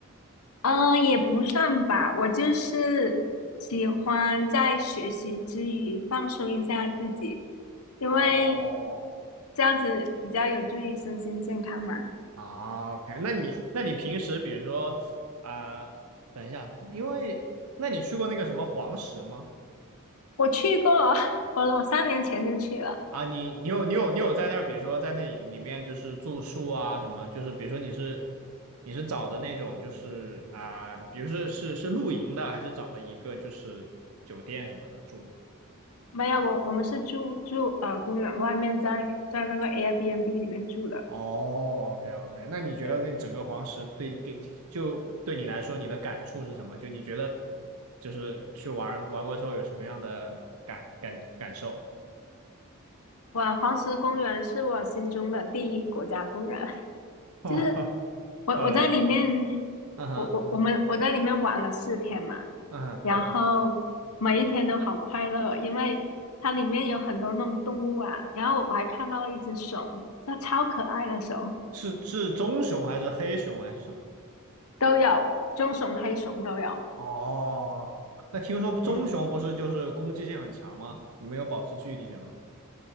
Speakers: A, on the left; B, on the right.
A: 呃，也不算吧，我就是喜欢在学习之余放松一下自己，因为
B: 哦，
A: 这样子比较有助于身心健康嘛。
B: 啊，OK，那你那你平时比如说啊、等一下，因为那你去过那个什么黄石吗？
A: 我去过，<laughs> 我我三年前就去了，
B: 啊，你你有你有你有在那儿，比如说在那里里面就是住宿啊什么，就是比如说你是你是找的那种就是啊，比如是是是露营的，还是找的一个就是酒店什么的住的？
A: 没有，我我们是住住呃公园外面在，在那个 Airbnb 里面住的。
B: 哦，OK OK，那你觉得那个整个黄石对给就对你来说你的感触是什么？
A: 对，
B: 就你觉得就是去玩玩过之后有什么样的感感感受
A: 哇，黄石公园是我心中的第一国家公园。
B: ？OK，<laughs>
A: 就是
B: 哈
A: 我我在里面，
B: ，OK，嗯哼
A: 我我我们我在里面玩了四天嘛，
B: 嗯哼，
A: 然后每一天都好快乐，
B: 对，
A: 因为它里面有很多那种动物啊，然后我还看到了一只熊，它超可爱的熊，
B: 是是棕熊还是黑熊还是什么？
A: 都有棕熊、黑熊都有，
B: 哦，那听说棕熊不是就是攻击性很强吗？
A: 嗯，
B: 你们有保持距离性吗？